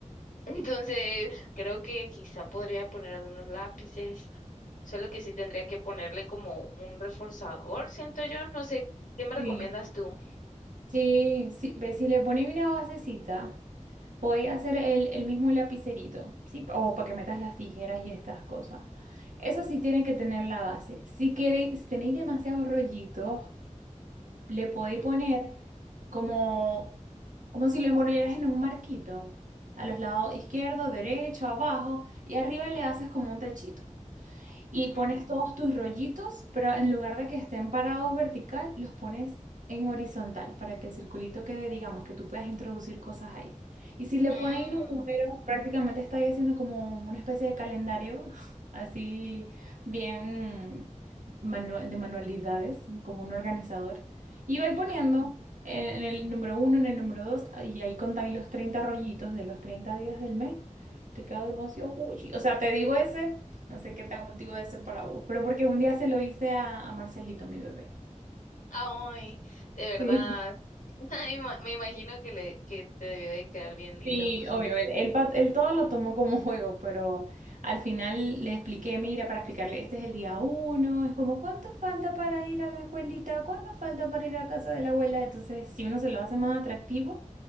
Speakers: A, on the left; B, on the right.
A: Entonces, creo que quizá podría poner algunos lápices, solo que sí tendría que ponerle como un reforzador, siento yo, no sé, ¿qué me recomiendas
B: Sí,
A: tú?
B: Sí, sí, ve, si le pones una basecita, podéis hacer el, el mismo lapicerito, ¿sí? O para que metas las tijeras y estas cosas. Eso sí tiene que tener la base. Si queréis, si tenéis demasiados rollitos, le podéis
A: Ujú,
B: poner como, como si lo envolvieras en un marquito, a los lados izquierdo, derecho, abajo, y arriba le haces como un techito y
A: ujú.
B: pones todos tus rollitos, pero en lugar de que estén parados vertical, los pones en horizontal para que el circulito quede, digamos, que tú puedas introducir cosas ahí. Y si le
A: Mm,
B: pones los números, prácticamente estáis haciendo como una especie de calendario, <laughs> así bien manua- de manualidades, como un organizador. Y vais
A: ok.
B: poniendo en, en el número uno, en el número dos, y ahí contáis los 30 rollitos de los 30 días del mes. Te quedo demasiado cuchi. O sea, te digo ese. No sé qué tan útil debe ser para vos, pero porque un día se lo hice a, a Marcelito, mi bebé.
A: Ay, de verdad.
B: Sí.
A: <laughs> Ay, ma- me imagino que le que te debe de quedar bien lindo.
B: Sí, obvio, él, él, pa- él todo lo tomó como <laughs> juego, pero al final le expliqué, mira, para explicarle, este es el día uno, es como, ¿cuánto falta para ir a la escuelita? ¿Cuánto falta para ir a casa de la abuela? Entonces, si uno se lo hace más atractivo,